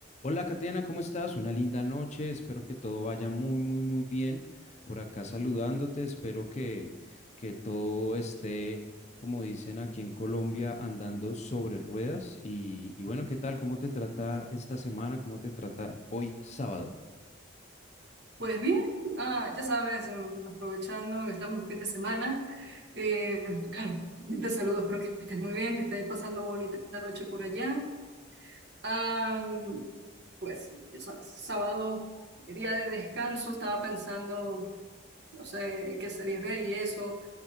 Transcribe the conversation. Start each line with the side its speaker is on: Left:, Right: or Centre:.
Left: Hola, Katiana, ¿cómo estás? Una linda noche, espero que todo vaya muy, muy, muy bien. Por acá saludándote, espero que, que todo esté, como dicen aquí en Colombia, andando sobre ruedas. Y, y bueno, ¿qué tal? ¿Cómo te trata esta semana? ¿Cómo te trata hoy, sábado?
Right: Pues bien, ah, ya sabes, em, aprovechando que estamos en fin de semana, eh, <clears throat> te saludo, espero que estés muy bien, que estés pasando bonita noche por allá. Am, pues, ya sabes, sábado, día de descanso, estaba pensando, no sé, qué series ver y eso.